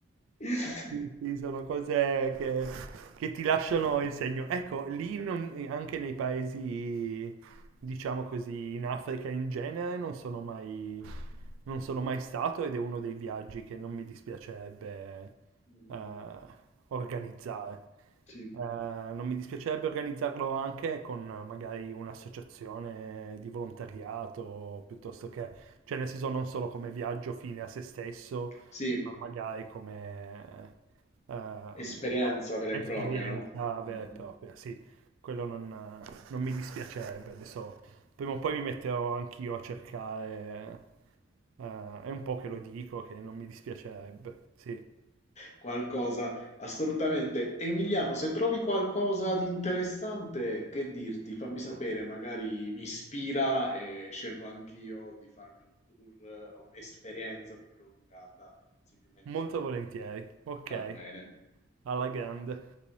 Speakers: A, on the left (about 35°); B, on the right (about 80°).
A: <laughs>
B: Sì, sì,
A: Quindi,
B: sono cose che, che ti lasciano il segno. Ecco, lì non- anche nei paesi, diciamo così, in Africa in genere, non sono mai, non sono mai stato ed è uno dei viaggi che non mi dispiacerebbe
A: mm,
B: eh, organizzare.
A: sì.
B: Eh, non mi dispiacerebbe organizzarlo anche con eh, magari un'associazione di volontariato, piuttosto che, cioè nel senso non solo come viaggio fine a se stesso,
A: Sì,
B: ma magari come ehm,
A: esperienza
B: a-
A: vera
B: esperienza
A: e propria, no?
B: vera
A: Mm.
B: e propria, sì, quello non, non mi dispiacerebbe. Adesso prima o poi mi metterò anch'io a cercare, eh, è un po' che lo dico che non mi dispiacerebbe, sì,
A: Qualcosa, assolutamente. Emiliano, se trovi qualcosa di interessante, che dirti? Fammi sapere, magari mi ispira e scelgo anch'io di farmi un tour eh, o un'esperienza più prolungata, similmente
B: molto
A: a te.
B: volentieri, ok,
A: Va bene.
B: alla grande.